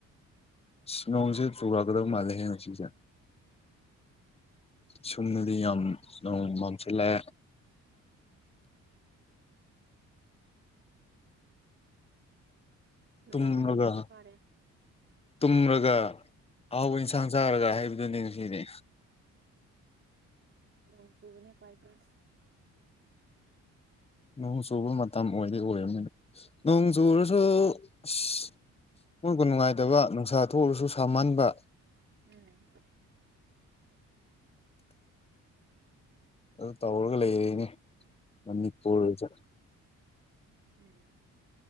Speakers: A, on the left; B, on the right.
A: ꯏꯁ ꯅꯣꯡꯖꯦ ꯆꯨꯔꯛꯒꯗꯧ ꯃꯥꯜꯂꯦꯍꯦ ꯉꯥꯁꯤꯖꯦ ꯁꯨꯝꯗꯗꯤ ꯌꯥꯝ ꯅꯣꯡ ꯃꯝꯁꯤꯜꯂꯦ
B: <inaudible> ꯅꯣꯡ
A: ꯇꯨꯝꯔꯒ
B: ꯆꯨꯔꯗꯤ ꯐꯔꯦ
A: ꯇꯨꯝꯔꯒ ꯑꯍꯥꯎꯕ ꯏꯟꯁꯥꯡ ꯆꯥꯔꯒ ꯍꯥꯏꯕꯗꯨꯅꯤ ꯉꯁꯤꯗꯤ
B: ꯅꯣꯡ ꯆꯨꯕꯅ ꯈꯋꯥꯏ ꯕꯦꯁ
A: ꯅꯣꯡ ꯆꯨꯕ ꯃꯇꯝ ꯑꯣꯏꯗꯤ ꯑꯣꯏꯔꯝꯅꯤꯕ ꯅꯣꯡ ꯆꯨꯔꯁꯨ ꯑꯁ ꯑꯃꯨꯛꯀ ꯅꯨꯡꯉꯥꯏꯇꯕ ꯅꯨꯡꯁꯥ ꯊꯣꯛꯂꯁꯨ ꯁꯃꯟꯟꯕ
B: ꯎꯝ
A: ꯑꯗꯨ ꯇꯧꯔꯒ ꯂꯩꯔꯦꯅꯦ ꯃꯅꯤꯄꯨꯔꯖꯦ
B: ꯎꯝ